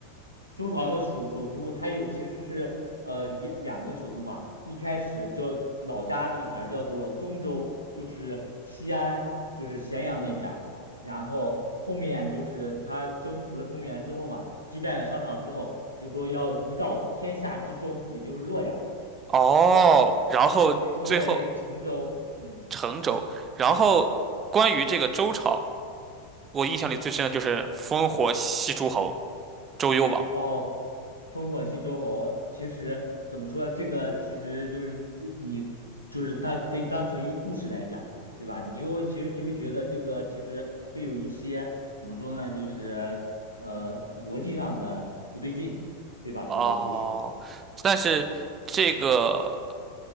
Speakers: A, on the left; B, on the right.
A: 周朝的首首都，它有其实是呃两两个首都嘛，一开始叫老家的地方叫做宗州，就是西安，就是咸阳那片儿，然后后面就是他征服了中原之后嘛，击败了商朝之后，就说要移到天下之中，也就是洛阳，
B: 哦，然后最后
A: 被称为成州。嗯。
B: 成周。然后关于这个周朝，我印象里最深的就是烽火戏诸侯周幽王
A: 哦，烽火戏诸侯，其实怎么说，这个其实就是你，就是它可以当成一个故事来讲，对吧？你又其实就会觉得这个其实会有一些怎么说呢，就是呃逻辑上的不对劲，对吧？整个故事。
B: 哦，但是这个